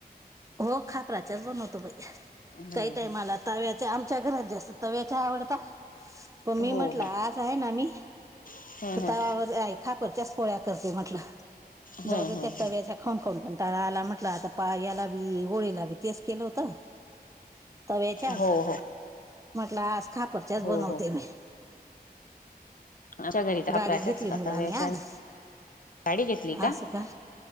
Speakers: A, on the right; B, on the left.
A: हो खापराच्याच बनवतो बाई
B: हम्म
A: काही
B: हम्म.
A: टाइम आला तव्याच्या आमच्या घरात जास्त तव्याच्या आवडता पण मी
B: हो
A: म्हटलं
B: हो
A: आज आहे ना मी
B: हम्म हम्म.
A: तावावर खापरच्या पोळ्या करते म्हटलं
B: हम्म
A: जाऊ द्या
B: हम्म
A: त्या तव्याच्या खाऊन खाऊन कंटाळा आला म्हटलं आता पा याला बी होळीला बी तेच केलं होत. तव्याच्याच
B: हो हो
A: म्हटलं आज खापरच्याच
B: हो
A: बनवते
B: हो
A: मी
B: आमच्या घरी खापराच्याच
A: गाडी घेतली मुलाने
B: तव्याच्या
A: आज
B: गाडी घेतली
A: असं का.